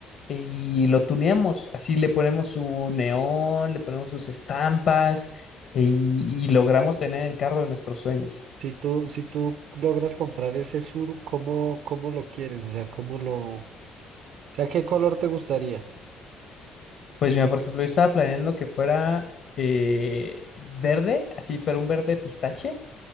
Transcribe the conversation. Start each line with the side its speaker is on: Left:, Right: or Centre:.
Left: y lo tuneamos. Así le ponemos su neón, le ponemos sus estampas eh, y, y logramos tener el carro de nuestros sueños.
Right: Si tú, si tú logras comprar ese suru, ¿cómo, cómo lo quieres? O sea, ¿cómo lo... O sea, ¿qué color te gustaría?
Left: Pues mira, por ejemplo, yo estaba planeando que fuera eh, verde, así, pero un verde pistache